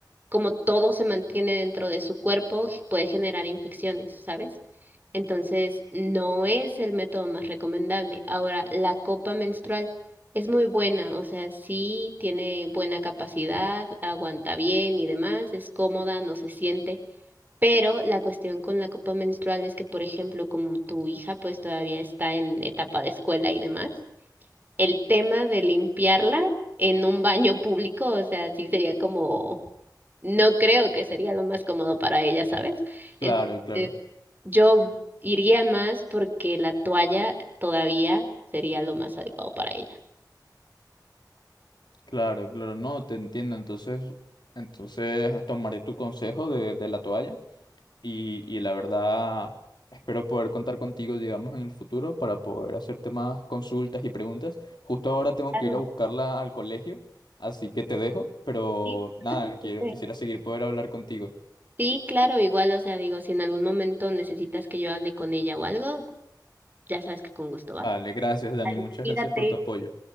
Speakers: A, on the right (about 25°); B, on the left (about 80°).
A: como todo se mantiene dentro de su cuerpo, puede generar infecciones, ¿sabes? Entonces, no es el método más recomendable. Ahora, la copa menstrual es muy buena, o sea, sí tiene buena capacidad, aguanta bien y demás, es cómoda, no se siente. Pero la cuestión con la copa menstrual es que, por ejemplo, como tu hija pues todavía está en etapa de escuela y demás, el tema de limpiarla en un baño público, o sea, sí sería como no creo que sería lo más cómodo para ella, ¿sabes?
B: Claro,
A: Entonces,
B: claro,
A: yo iría más porque la toalla todavía sería lo más adecuado para ella.
B: claro, claro, no, te entiendo. Entonces, entonces tomaré tu consejo de, de la toalla. y, y la verdad espero poder contar contigo, digamos, en el futuro para poder hacerte más consultas y preguntas. Justo ahora tengo
A: Claro,
B: que ir a buscarla al colegio, así que te dejo, pero
A: sí,
B: nada,
A: no te preocupes.
B: quiero, quisiera seguir poder hablar contigo.
A: Sí, claro, igual, o sea, digo, si en algún momento necesitas que yo hable con ella o algo, ya sabes que con gusto va.
B: Vale, gracias, Dani,
A: Vale,
B: muchas
A: cuídate.
B: gracias por tu apoyo.